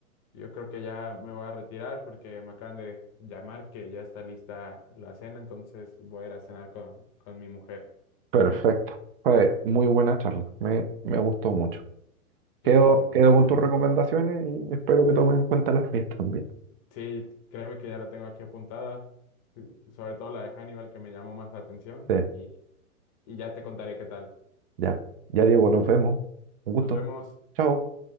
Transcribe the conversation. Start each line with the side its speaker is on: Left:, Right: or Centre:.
Left: yo creo que ya me voy a retirar porque me acaban de llamar que ya está lista la cena, entonces voy a ir a cenar con, con mi mujer.
Right: Perfecto. Fue muy buena charla. Me, me gustó mucho.
Left: Igual,
Right: Quedo,
Left: me-
Right: quedo
Left: igual
Right: con
Left: a
Right: tus
Left: mí.
Right: recomendaciones y espero que tomen en cuenta las mías también.
Left: Sí, créeme que ya la tengo aquí apuntada, sobre todo la de Hannibal que me llamó más la atención
Right: Sí,
Left: y, y ya te contaré qué tal.
Right: ya. Ya, Diego, nos vemos. Un gusto.
Left: Nos vemos.
Right: Chao.